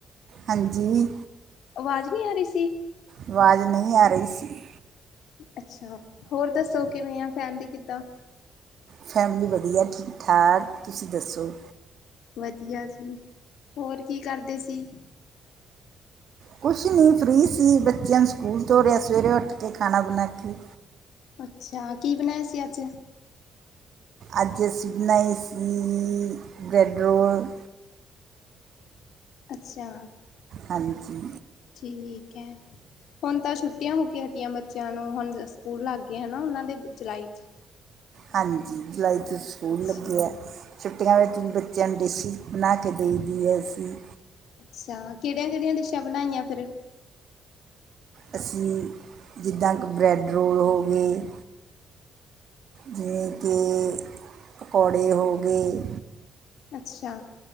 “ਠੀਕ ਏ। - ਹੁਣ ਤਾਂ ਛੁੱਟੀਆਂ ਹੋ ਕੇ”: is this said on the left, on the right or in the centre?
Left